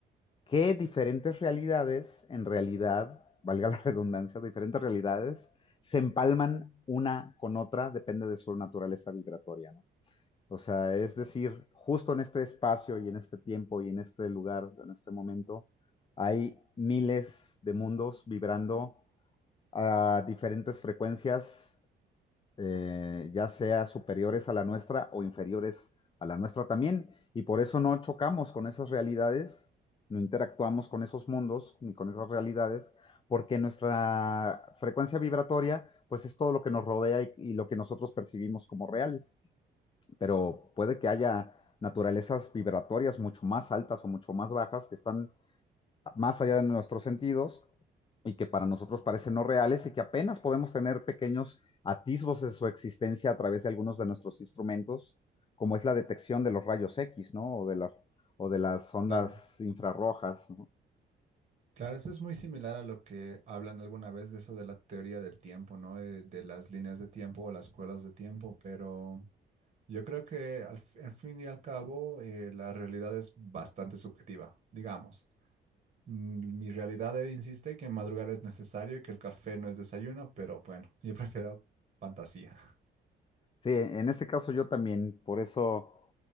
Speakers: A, on the left; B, on the right.
A: que diferentes realidades, en realidad, <laughs> valga la redundancia, diferentes realidades se empalman una con otra, depende de su naturaleza vibratoria, ¿no? O sea, es decir, justo en este espacio y en este tiempo y en este lugar, en este momento, hay miles de mundos vibrando a diferentes frecuencias eh, ya sea superiores a la nuestra o inferiores a la nuestra también, y por eso no chocamos con esas realidades, no interactuamos con esos mundos ni con esas realidades, porque nuestra frecuencia vibratoria, pues es todo lo que nos rodea y, y lo que nosotros percibimos como real, pero puede que haya naturalezas vibratorias mucho más altas o mucho más bajas que están más allá de nuestros sentidos y que para nosotros parecen no reales y que apenas podemos tener pequeños atisbos de su existencia a través de algunos de nuestros instrumentos, como es la detección de los rayos X, ¿no? O de las, o de las ondas
B: Claro,
A: infrarrojas, ¿no?
B: claro, eso es muy similar a lo que hablan alguna vez de eso de la teoría del tiempo, ¿no? De, de las líneas de tiempo o las cuerdas de tiempo, pero yo creo que al, fi- al fin y al cabo eh, la realidad es bastante subjetiva, digamos. mm, Mi realidad eh, insiste que madrugar es necesario y que el café no es desayuno, pero bueno, <laughs> yo prefiero fantasía.
A: Sí, en ese caso yo también, por eso